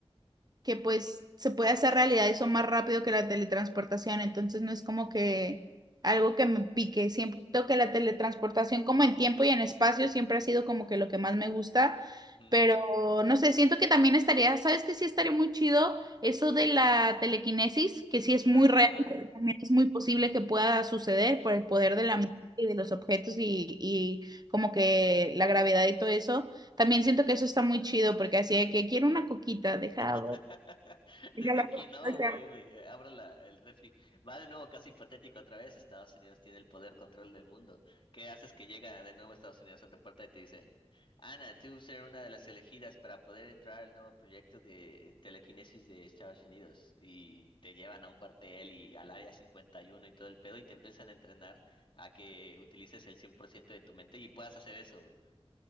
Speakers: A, on the right; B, on the left.
A: que pues se puede hacer realidad eso más rápido que la teletransportación, entonces no es como que algo que me pique, siento que la teletransportación como en tiempo y en espacio siempre ha sido como que lo que más me gusta,
B: Ujú.
A: pero no sé, siento que también estaría, ¿sabes que sí estaría muy chido eso de la telequinesis, que sí es muy
B: Ajá,
A: real, pero también es muy posible que pueda suceder por el poder
B: sí.
A: de la mente y de los objetos y, y como que la gravedad y todo eso. También siento que eso está muy chido porque así de que quiero una coquita, deja,
B: <laughs> Desde
A: Mira la
B: aquí
A: propuesta,
B: no, voy, voy, eh, abro la, el refri. Va de nuevo casi patético otra vez. Estados Unidos tiene el poder control del mundo. ¿Qué haces que llega de nuevo Estados Unidos a tu puerta y te dice, Ana, tú ser una de las elegidas para poder entrar al nuevo proyecto de telequinesis de Estados Unidos? Y te llevan a un cuartel y al área 51 y uno y todo el pedo y te empiezan a entrenar a que utilices el 100% de tu mente y puedas hacer eso, güey.